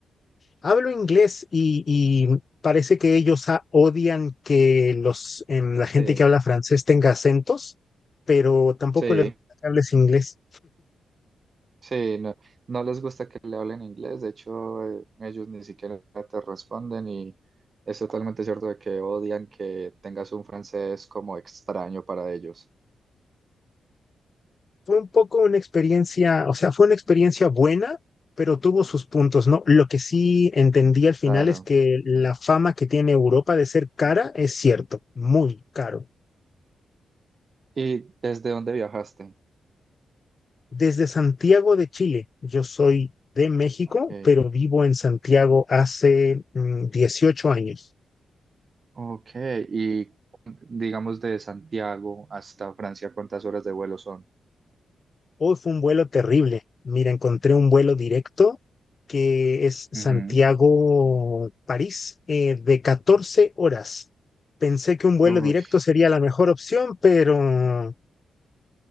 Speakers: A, on the left; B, on the right.
A: Hablo inglés y, y parece que ellos ah, odian que los, em, la gente
B: Sí,
A: que habla francés tenga acentos, pero tampoco
B: sí,
A: les gusta que hables inglés.
B: sí, no, no les gusta que le hablen inglés, de hecho eh, ellos ni siquiera te responden y es totalmente cierto de que odian que tengas un francés como extraño para ellos.
A: fue un poco una experiencia, o sea, fue una experiencia buena, pero tuvo sus puntos, ¿no? Lo que sí entendí al final
B: Claro.
A: es que la fama que tiene Europa de ser cara es cierto, muy caro.
B: ¿Y desde dónde viajaste?
A: Desde Santiago de Chile, yo soy de México,
B: Ok.
A: pero vivo en Santiago hace mm, 18 años.
B: Ok, y digamos de Santiago hasta Francia, ¿cuántas horas de vuelo son?
A: Hoy fue un vuelo terrible. Mira, encontré un vuelo directo que es Santiago-París
B: Ujú.
A: eh, de 14 horas. Pensé que un vuelo
B: Uy,
A: directo sería la mejor opción, pero